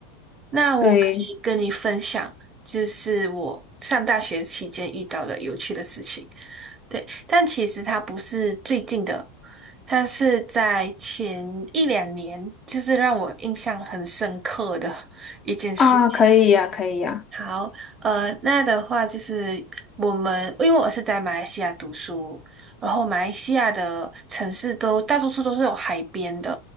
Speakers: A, on the right; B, on the left.
A: 那我可以跟你分享，
B: 对
A: 就是我上大学期间遇到的有趣的事情。对，但其实它不是最近的，它是在前一两年，就是让我印象很深刻的一件事情。
B: 啊，可以呀，可以呀。
A: 好，呃，那的话就是我们，因为我是在马来西亚读书，然后马来西亚的城市都大多数都是有海边的，